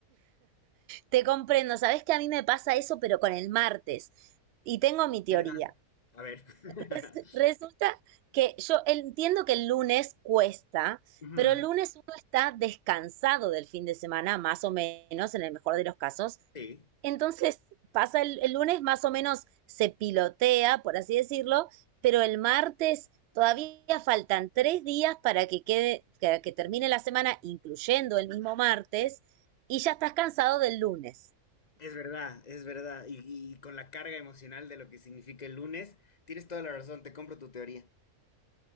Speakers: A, on the right (about 80°); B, on the left (about 30°).
A: Te comprendo, sabes que a mí me pasa eso, pero con el martes. Y tengo mi teoría.
B: ¿Verdad? A ver. <laughs>
A: Res- Resulta que yo entiendo que el lunes cuesta,
B: Ujú,
A: pero el lunes uno está descansado del fin de semana, más o menos, en el mejor de los casos.
B: Sí.
A: Entonces pasa el, el lunes más o menos se pilotea, por así decirlo, pero el martes todavía faltan tres días para que quede, que, que termine la semana, incluyendo el mismo martes, y ya estás cansado del lunes.
B: Es verdad, es verdad. Y, y con la carga emocional de lo que significa el lunes, tienes toda la razón, te compro tu teoría.